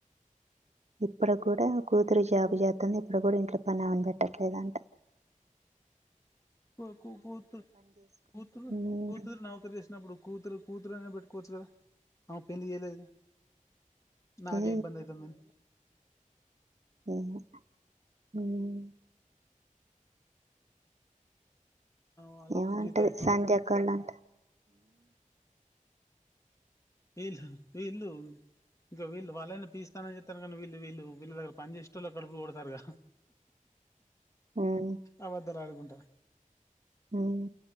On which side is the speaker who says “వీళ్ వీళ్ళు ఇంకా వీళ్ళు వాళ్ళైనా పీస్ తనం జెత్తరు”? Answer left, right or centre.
Left